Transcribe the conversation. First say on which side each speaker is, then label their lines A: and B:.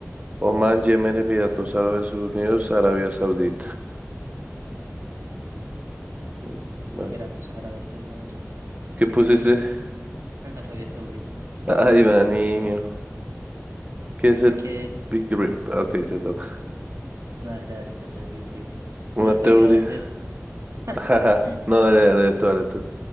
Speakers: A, on the right; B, on the right.
A: Oman, Yemen, Emiratos Árabes Unidos, Arabia Saudita. Mm, Bueno,
B: Emiratos Árabes que voy yo.
A: ¿qué pusiste? <laughs>
B: <laughs> Arabia Saudita.
A: Ay, va, niño. ¿Qué es el
B: ¿Qué es?
A: Big Rip? Ah, Ok, te toca.
B: Dale, dale, que es el Big Trip.
A: Una
B: Una teoría
A: teoría.
B: del, des- <laughs>
A: <laughs> No, dale, dale tú, dale tú.